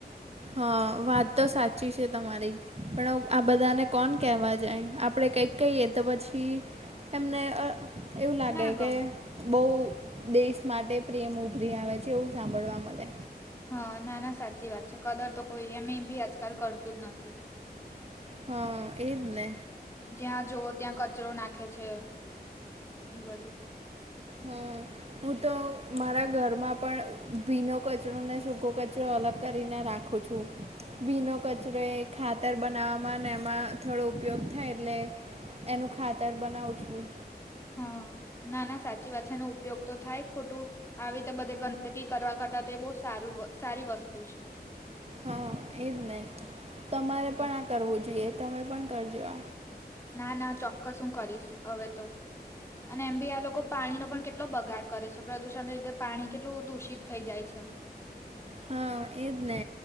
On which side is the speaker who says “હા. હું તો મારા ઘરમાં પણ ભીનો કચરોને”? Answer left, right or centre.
Right